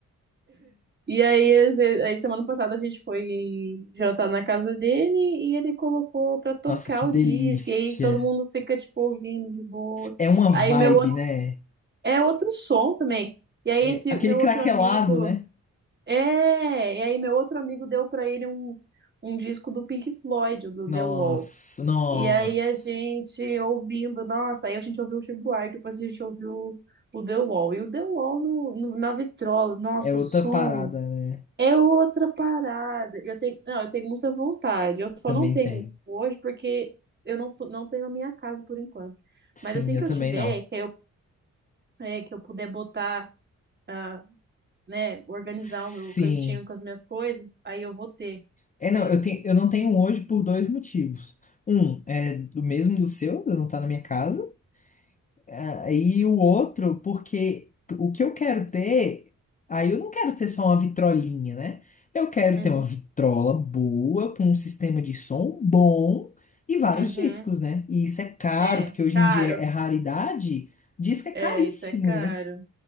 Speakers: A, on the right (about 30°); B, on the left (about 25°).
A: E aí, às ve- aí, semana passada a gente foi jantar na casa dele e ele colocou pra tocar
B: Nossa, que delícia.
A: o disco. E aí todo mundo fica, tipo, ouvindo de boa.
B: É uma vibe,
A: Aí meu outro,
B: né?
A: é outro som também. E aí
B: É
A: esse
B: aquele
A: meu
B: craquelado,
A: outro amigo,
B: né?
A: é, e aí meu outro amigo deu pra ele um, um disco do Pink Floyd, do
B: Nossa,
A: The Wall.
B: nossa.
A: E aí a gente ouvindo, nossa, aí a gente ouviu o Chico Buarque, depois a gente ouviu o The Wall. E o The Wall no, no- na vitrola, nossa,
B: É outra
A: o som.
B: parada, né?
A: É outra parada. Eu tenho, não, eu tenho muita vontade. Eu só
B: Também
A: não tenho
B: tem.
A: hoje porque eu não, tô- não tenho a minha casa por enquanto.
B: Sim,
A: Mas assim
B: eu
A: que
B: também
A: eu tiver,
B: não.
A: que eu, é, que eu puder botar, ah, né, organizar
B: Sim.
A: o meu cantinho com as minhas coisas, aí eu vou ter.
B: É,
A: Mas,
B: não, eu tenho, eu não tenho um hoje por dois motivos. Um, é do mesmo do seu, eu não tá na minha casa. Ah, E o outro, porque o que eu quero ter, aí eu não quero ter só uma vitrolinha, né? Eu quero
A: uhum,
B: ter uma vitrola boa, com um sistema de som bom e vários
A: uhum,
B: discos, né? E isso é caro,
A: é
B: porque hoje
A: caro.
B: em dia é raridade, disco é
A: É,
B: caríssimo,
A: isso é caro.
B: né?